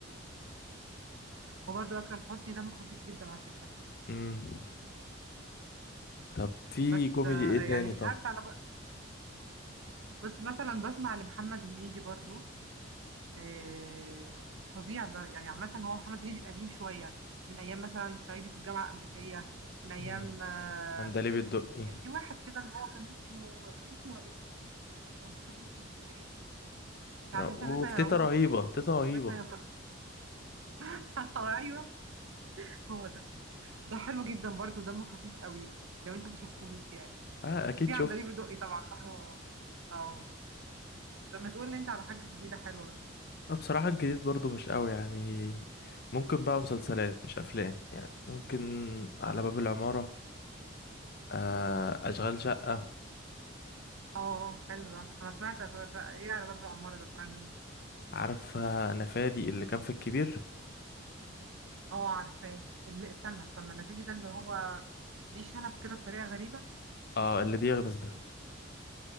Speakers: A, on the right (about 75°); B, on the left (about 50°).
A: وبرضو اكرم حسني دمه خفيف جدا على فكرة
B: امم طب في
A: بس
B: كوميدي
A: آه،
B: ايه
A: يعني
B: تاني
A: مش
B: طيب
A: عارفة انا ب... بس مثلا بسمع لمحمد هنيدي برضو آه، فظيع بقى يعني عامة هو محمد هنيدي القديم شوية من أيام مثلا صعيدي في الجامعة الأمريكية من أيام
B: امم
A: آه،
B: عندليب الدقي
A: كان في واحد كده اللي هو كان اسمه كان اسمه رؤوف أنا مش فاكرة اسمه الفيلم إيه بتاع
B: رأ-
A: مثلا
B: وفي
A: مثلا يا
B: تيتا
A: رؤوف
B: رهيبة تيتا رهيبة
A: مثلا يا رؤوف. <laughs> أيوه هو ده ده حلو جدا برضو دمه خفيف قوي لو أنت ما شفتهوش يعني
B: اه اكيد
A: وفي عندليب
B: شفت
A: الدقي طبعا دمه اه طب ما تقول لي أنت على حاجة جديدة حلوة
B: أنا بصراحة الجديد برضو مش قوي يعني ممكن بقى مسلسلات مش أفلام يعني ممكن على باب العمارة آه، أشغال شقة
A: اه حلو ده أنا سمعت أشغال شقة إيه على باب العمارة ده بتاع مين؟
B: عارفة أنا فادي اللي كان في الكبير
A: اه عارفاه اللي استنى استنى النفادي ده اللي هو ليه شنب كده بطريقة غريبة
B: اه اللي بيغمز ده